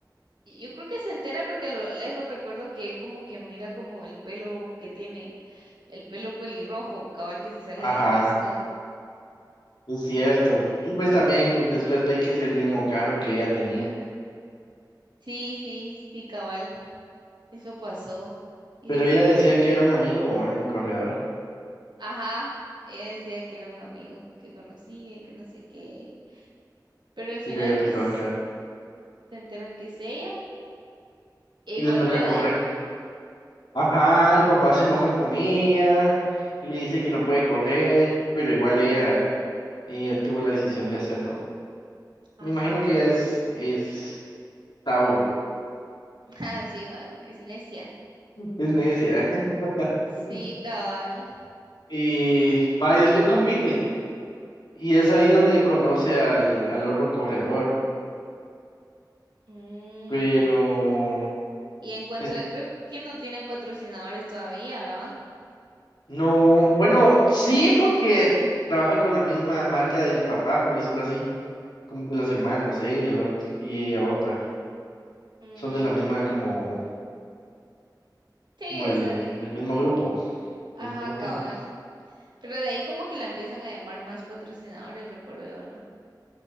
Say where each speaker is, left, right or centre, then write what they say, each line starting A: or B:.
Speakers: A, on the right; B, on the left.
A: Y Yo creo que se entera porque a lo lejos recuerdo que él como que mira como el pelo que tiene, el pelo pelirrojo, cabal que se sale
B: ajá,
A: del casco.
B: es cierto. Y pues también después ve que es el mismo carro que ella tenía.
A: Sí, sí, sí, cabal. Eso pasó. Y
B: Pero
A: des...
B: ella decía que era un amigo, ¿eh? el corredor,
A: ajá, ella decía que era un amigo que conocía y que no sé qué. Pero al final
B: y le había prestado
A: pues
B: el carro.
A: se enteran que es ella e
B: Y
A: igual
B: le toca
A: no la
B: correr.
A: deja.
B: Ajá, el papá se enoja con ella y le dice que no puede correr, pero igual ella, ella tuvo la decisión de hacerlo.
A: Ajá.
B: Me imagino que ella es, es Tauro,
A: Así va, es necia.
B: es necia. <laughs>
A: Sí, cabal.
B: Y va, y después compite. Y es ahí donde conoce al, al otro corredor.
A: Mm,
B: Pero
A: Y encuentra,
B: es-
A: creo que no tiene patrocinadores todavía, ¿verdad?
B: no, bueno, sí, porque trabaja con la misma marca del papá, por decirlo así. Como que los hermanos, él y el otro, y ella otra.
A: Mm,
B: Son de la misma, como,
A: Sí,
B: como
A: o
B: el,
A: sea, de-
B: del mismo grupo,
A: ajá,
B: del mismo team.
A: cabal. Pero de ahí como que la empiezan a llamar más patrocinadores, recuerdo yo, ¿no?